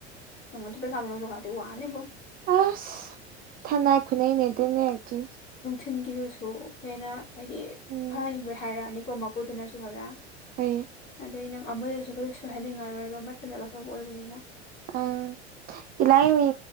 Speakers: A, on the left; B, on the right.
A: ꯁꯉꯅ ꯊ ꯄꯩ ꯈꯥꯕꯅꯗꯤ ꯋꯥꯅꯤꯕꯣ
B: ꯑꯁ ꯊꯅꯥꯏ ꯈꯨꯅꯩ ꯅꯗꯅꯦꯛꯇ
A: ꯊꯤꯟꯒꯤꯗꯨꯁꯨ ꯍꯦꯟꯅ ꯍꯥꯏꯗꯤ
B: ꯎꯝ
A: ꯐꯍꯟꯅꯤꯡꯕꯩ ꯍꯥꯏꯔꯛꯑꯅꯤꯀꯣ ꯃꯄꯨꯗꯨꯅꯁꯨ ꯍꯜꯂꯛꯑ
B: ꯍꯣꯏ
A: ꯑꯗꯩ ꯅꯪ ꯑꯃꯗꯁꯨ ꯀ ꯁꯣꯏ ꯍꯥꯏꯅꯤꯡꯉꯔꯣꯏꯕ ꯃꯊꯟꯇꯀꯗꯧꯕ ꯑꯣꯏꯕꯅꯤꯅ
B: ꯑꯥ ꯇꯂꯥꯏ ꯃꯤ